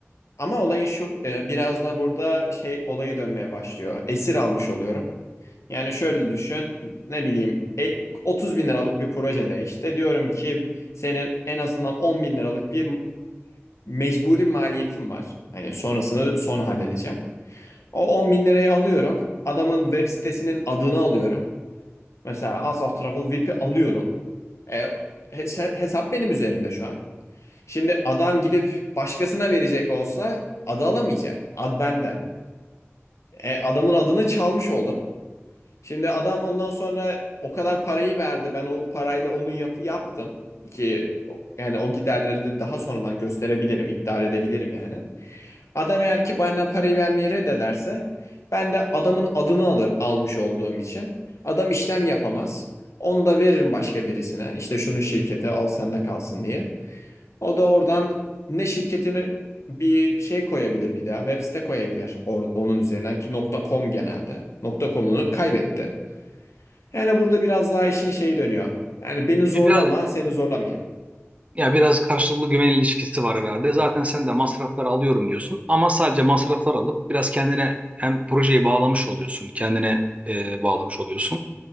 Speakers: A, on the left (about 75°); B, on the right (about 25°).
A: ama olayın şu e, biraz da burada şey olayı dönmeye başlıyor. Esir almış oluyorum. Yani şöyle düşün, ne bileyim e- 30 bin liralık bir projede işte diyorum ki senin en azından 10 bin liralık bir mecburi maliyetin var. Hani sonrasını sonra halledeceğim. O 10 bin lirayı alıyorum. Adamın web sitesinin adını alıyorum. Mesela Asaf Travel VIP'i alıyorum. E, hesa- hesap benim üzerimde şu an. Şimdi adam gidip başkasına verecek olsa adı alamayacak. Ad bende. E, adamın adını çalmış oldum. Şimdi adam ondan sonra o kadar parayı verdi. Ben o parayla onu yap yaptım. Ki o- yani o giderleri de daha sonradan gösterebilirim, iptal edebilirim yani. Adam eğer ki bana parayı vermeyi reddederse ben de adamın adını alır almış olduğum için. Adam işlem yapamaz. Onu da veririm başka birisine. İşte şunun şirketi al sende kalsın diye. O da oradan ne şirketini bir şey koyabilir bir daha. Web site koyabilir or- onun üzerinden ki .com genelde. .com'unu kaybetti. Yani burada biraz daha işin şeyi dönüyor. Yani beni zorlama,
B: Biraz
A: seni zorlamayayım.
B: Ya biraz karşılıklı güven ilişkisi var herhalde. Zaten sen de masrafları alıyorum diyorsun ama sadece masraflar alıp biraz kendine hem projeyi bağlamış oluyorsun, kendine e, bağlamış oluyorsun.